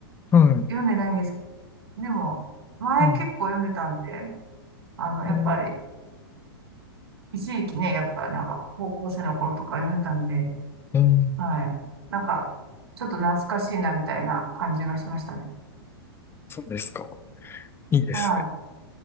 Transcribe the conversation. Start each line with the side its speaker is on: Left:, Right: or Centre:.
Left: はい。
Right: 読んでないんですけど、でも前結構読んでたんで、
Left: うん。
Right: あの、やっぱり
Left: うん。
Right: 一時期ね、やっぱなんか高校生の頃とか読んでたんで、
Left: うん
Right: はい。なんかちょっと懐かしいなみたいな感じがしましたね。
Left: そうですか。いいですね。
Right: は